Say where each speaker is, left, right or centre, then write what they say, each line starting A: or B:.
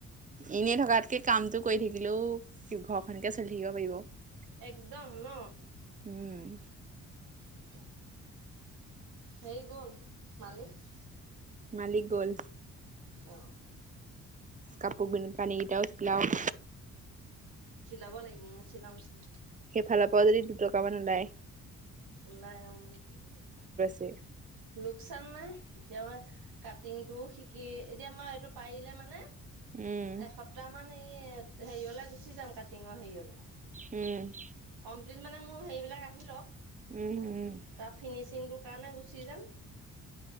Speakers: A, on the right (about 20°); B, on the right (about 75°).
A: এনে থকাতকে কামতটো কৰি থাকিলেও ঘৰখনকে চলি থাকিব পাৰিব।
B: একদম ন
A: উম
B: এতিয়া হেৰি গল মালিক।
A: মালিক গ'ল
B: অ
A: কাপোৰ বিন পানী কেইটাও ছিলাও
B: চিলাব লাগিব চিলাম ম ছিলিল
A: ভালা পাৱা যদি দুটকামান ওলায়
B: ওলাই ম
A: উ
B: লোকচান নাই এতিয়া মই কাটিংটো শিকি এতিয়া মই এইটো পাৰিলে মানে
A: উম,
B: এসপ্তাহ মান এই হেৰিয়লে গুচি যাম কাটিঙৰ হেৰিয়লে
A: উম
B: কমপ্লিট মানে মোৰ হেৰিবলাক আহি লওক
A: উম, উম,
B: তাৰ ফিনিচিংটোৰ কাৰণে গুচি যাম